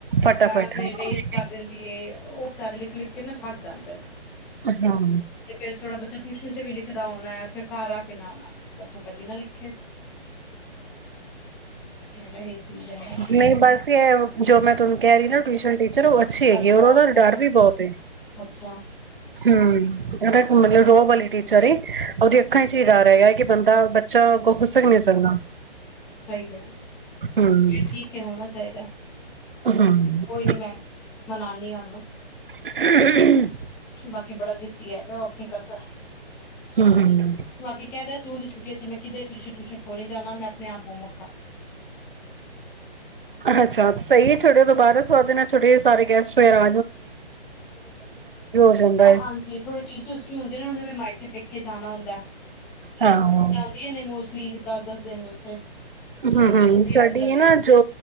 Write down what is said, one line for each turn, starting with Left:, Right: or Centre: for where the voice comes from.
Right: ਫਟਾਫਟ
Centre: ਮੈਡਮ ਫ
Right: ਹਾਂ
Centre: ਰੇਸ ਕਰ ਦਿੰਦੀ ਹੈ ਉਹ ਸਾਰੇ ਲਿਖ ਲਿਖ ਕੇ ਨਾ ਥੱਕ ਜਾਂਦੇ
Right: ਹਾਂ
Centre: ਫਿਰ ਥੋੜਾ ਬੱਚਾ ਟਿਊਸ਼ਨ ਚ ਵੀ ਲਿਖਦਾ ਹੋਣਾ ਹੈ ਫਿਰ ਘਰ ਆ ਕੇ ਨਾ ਆ ਨਾ ਆ ਬੱਚਾ ਕਦੇ ਨਾ ਲਿਖੇ ਇਹੀ ਚੀਜ਼ ਹੈ
Right: ਨਹੀਂ ਬਸ ਇਹ ਜੋ ਮੈਂ ਤੁ ਕਹਿ ਰਹੀ ਨਾ ਟਿਊਸ਼ਨ ਟੀ ਚਲੋ ਅੱਛੇ ਹੈਗੇ
Centre: ਅੱਛਾ
Right: ਔਰ ਉਹਦਾ
Centre: ਅੱਛਾ
Right: ਦਾ ਡਰ ਵੀ ਬਹੁਤ
Centre: ਅੱਛਾ
Right: ਹਮ ਉਹਦਾ ਮਤਲਬ ਰੋਹ ਵਾਲੀ ਟੀਚਰ ਉਹਦੀ ਅੱਖਾਂ ਚ ਹੀ ਡ ਰਹਿਗਾ ਕਿ ਬੰਦਾ ਬੱਚਾ ਅੱਗੋਂ ਖੁੱਸਕ ਨੀ ਸਕਦਾ
Centre: ਸਹੀ ਹੈ
Right: ਹੂੰ
Centre: ਫਿਰ ਠੀਕ ਹੈ ਹੋਣਾ ਚਾਹੀਦਾ
Right: ਹੂੰ
Centre: ਕੋਈ ਨੀ ਮੈਂ ਮਨਾਉਦੀ ਹਾਂ ਉਹਨੂੰ
Right: ਹ
Centre: ਬਾਕੀ ਬੜਾ ਜਿੱਦੀ ਹੈਗਾ ਉਹ ਆਪਣੀ ਕਰਦਾ
Right: ਹੂੰ
Centre: ਬਾਕੀ ਕਹਿੰਦਾ ਜੂਨ ਦੀ ਛੁੱਟੀਆਂ ਚ ਮੈਂ ਕਿਧੇ ਟਿਊਸ਼ਨ ਟਿਊਸ਼ਨ ਕੋ ਨਹੀਂ ਜਾਾਨਾ ਮੈਂ ਆਪ ਘੁੰਮ
Right: ਅੱਛਾ ਸਹੀ ਹੈ ਛੱਡਓ ਦੁਬਾਰਾ ਦੇ ਨਾਲ ਛੋਟੇ ਸਾਰੇ ਗਸਟ ਹੋਏ ਰਾ ਜਾਂਦਾ ਹੈ
Centre: ਹਾਂਜੀ ਥੋੜੇ ਟੀਚਰਸ ਵੀ ਹੁੰਦੇ ਨੇ ਉਹ ਮਾਇ ਪੇਕ ਕੇ ਜਾਣਾ ਹੁੰ ਹਦਾ
Right: ਹਾਂ
Centre: ਜਾਂਾਹਦੀਆਂ ਨੇ ਮੋਸਟਲੀ ਦਾ ਦਸ ਦਿਨ ਵਾਸਤੇ ਤੇ
Right: ਹਮ
Centre: ਉਹ
Right: ਹਮ
Centre: ਵੀ ਛੁੱਟੀਆਂ
Right: ਸਾਡੀ
Centre: ਹੋ ਜਾਂਦੀਆਂ
Right: ਨਾ ਜੋ